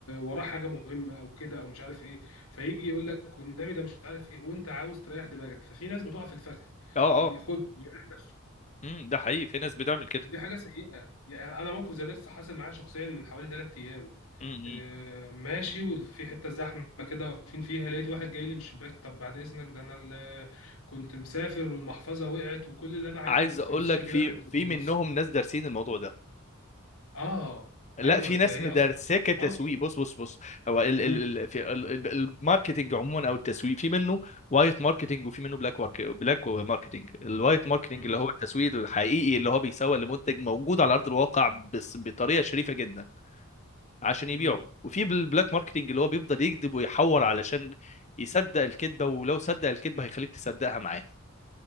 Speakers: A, on the left (about 80°); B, on the left (about 35°).
A: وراه حاجه مهمه او كده او مش عارف ايه فيجي يقول لك والنبي ده مش عارف ايه وانت عاوز تريح دماغك ففي ناس بتقع في الفخ
B: اه
A: ياخد
B: اه
A: ويريح نفسه
B: امم ده حقيقي في ناس بتعمل كده
A: ودي حاجة سيئة يعني أنا موقف زي ده لسه حاصل معايا شخصيا من حوالي ثلاث أيام
B: امم
A: آه، ماشي وفي حتة زحمة كده واقفين فيها لقيت واحد جاي لي من الشباك طب بعد إذنك ده أنا اللي كنت مسافر والمحفظة وقعت وكل اللي أنا عايزه
B: عايز
A: بس 15
B: اقول لك في
A: جنيه أركب الميكروباص
B: في منهم ناس دارسين الموضوع ده
A: آه
B: لا
A: أيوه
B: في
A: ده
B: ناس
A: هي
B: مدرساه
A: أصلا
B: كتسويق
A: مافيا
B: بص بص بص هو ال
A: مم.
B: ال ال في ال- ال- الماركتينج عموما او التسويق في منه وايت ماركتينج وفي منه بلاك ورك بلاك ماركتينج الوايت ماركتينج
A: مم.
B: اللي هو التسويق الحقيقي اللي هو بيسوق لمنتج موجود على ارض الواقع بس بطريقه شريفه جدا عشان يبيعه
A: مم.
B: وفي البلاك ماركتينج اللي هو بيفضل يكذب ويحور علشان يصدق الكذبه ولو صدق الكذبه هيخليك تصدقها معاه